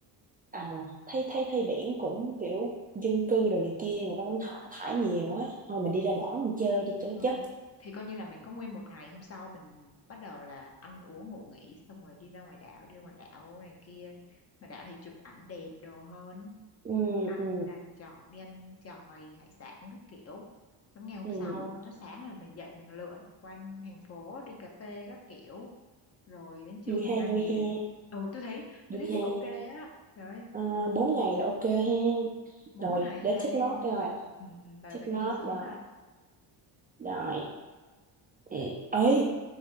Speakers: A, on the right; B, on the left.
A: à thấy thấy thấy biển cũng kiểu dân cư rồi này kia người ta cũng thả thải nhiều á thôi mình đi ra đảo mình chơi đi cho nó
B: ừ
A: chất
B: thì coi như là mình có nguyên một ngày hôm sau mình bắt đầu là ăn uống ngủ nghỉ xong rồi đi ra ngoài đảo đi ra ngoài đảo này kia mà đảo thì chụp ảnh đẹp đồ hơn
A: ừ
B: xong đi ăn
A: ừ
B: làm trò đi ăn chòi hải sản các kiểu xong ngày hôm
A: ừ
B: sau nó sáng là mình dậy mình lượn quanh thành phố đi cà phê các kiểu rồi đến trưa
A: vui
B: mình
A: ha
B: ra mình
A: vui
B: về
A: ha
B: ừ tôi thấy
A: vui
B: tôi thấy vậy
A: ha
B: ok á trời ơi,
A: Ờ, bốn ngày là ok ha
B: bốn
A: rồi
B: ngày
A: để
B: ba
A: check
B: đêm
A: note rồi
B: ừ, ừ, bà
A: check
B: bà
A: note
B: ghi xuống
A: rồi rồi ừ. ấy